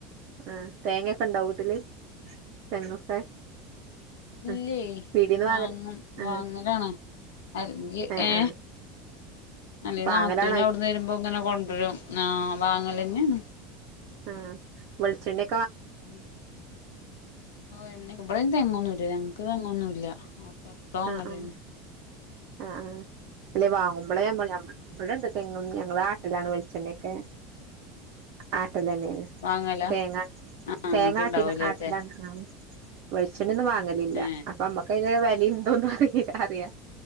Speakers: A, on the right (about 50°); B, on the left (about 65°).
A: ആഹ തേങ്ങൊക്കെ ഉണ്ടോ വീട്ടില്. തെങ്ങൊക്കെ?
B: ഇല്ലേയ്
A: ആഹ് പീടീന്ന്
B: വാങ്ങും
A: വാങ്ങല ആഹ്
B: വാങ്ങാലാണ്. അ <unintelligible>
A: ഏഹ്
B: ഏ...
A: ആഹ്
B: അല്ല
A: വാങ്ങലാണോ
B: നത്തൂന് അവിടുന്ന് വരുമ്പോ ങ്ങനെ കൊണ്ട് രും. ആ.. വങ്ങലെന്നെണ്.
A: ആഹ് വെളിച്ചെണ്ണേ...
B: മ്... എണ്ണ <unintelligible> ഇബ്ടിം തെങ്ങൊന്നുംല്ല. ഞങ്ങക്ക് തെങ്ങൊന്നുംല്ല. <unintelligible>
A: ആഹ് ആഹ്
B: <inaudible>
A: ആഹ്.. ആ... അല്ലെയ് വാങ്ങുമ്പോളെ ഞമ്മളെ... ഇവിടെണ്ട് തെങ്ങും. ഞങ്ങള് ആട്ടലാണ് വെളിച്ചെണ്ണൊക്കെ. ആ.... ട്ടലേന്നെയാണ്
B: വാങ്ങല
A: തേങ്ങാ
B: ആ
A: തേങ്ങാട്ടി
B: ഇങ്ങക്ക് ഇണ്ടാവൂലേത്തെ
A: ആട്ടല്ലാണ്‌ ആ വെളി ച്ചണെന്നും വാങ്ങലില്ല
B: ഏ
A: അപ്പമ്മക്ക് അയിന്റെ വെലിം ഇതൊന്നും അറീല്ലറിയ